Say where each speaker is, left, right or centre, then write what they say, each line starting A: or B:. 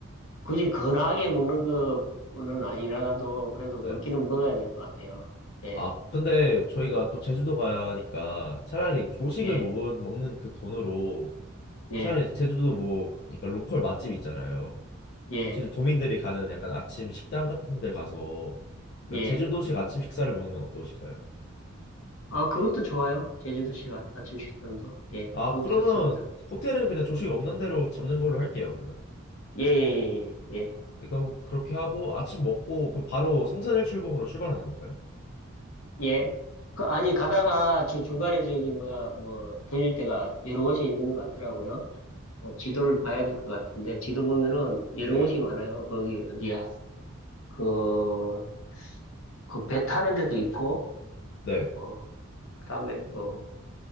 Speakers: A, on the left; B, on the left.
A: 굳이 건하게 먹는 거는 아니라도, 그래도
B: 네.
A: 먹기는 먹어야 될 것 같아요. 예,
B: 아, 근데 저희가 또 제주도 가니까 차라리 조식을
A: 예,
B: 먹은, 먹는 그 돈으로
A: 예,
B: 차라리 제주도 뭐 약간 로컬 맛집 있잖아요.
A: 예,
B: 제주 도민들이 가는 약간 아침 식당 같은 데 가서
A: 예.
B: 제주도식 아침 식사를 먹는 건 어떠실까요?
A: 아, 그것도 좋아요. 제주도식 아- 아침 식단도. 예,
B: 아,
A: 그것도
B: 그러면
A: 좋습니다.
B: 호텔은 그냥 조식 없는 대로 잡는 걸로 할게요, 그러면.
A: 예, 예, 예, 예,
B: 네, 그럼 그렇게 하고 아침 먹고 그럼 바로 성산일 출봉으로 출발하는 건가요?
A: 예. 예. 그, 아니, 가다가 저 중간에 저기, 뭐야, 뭐, 들릴 때가 여러 곳이 있는 것 같더라고요. 어, 지도를 봐야 될 것 같은데, 지도 보면은 이런
B: 네.
A: 곳이 많아요. 거기 어디야? 그, 그 배 타는 데도 있고,
B: 네.
A: 어, 그다음에 그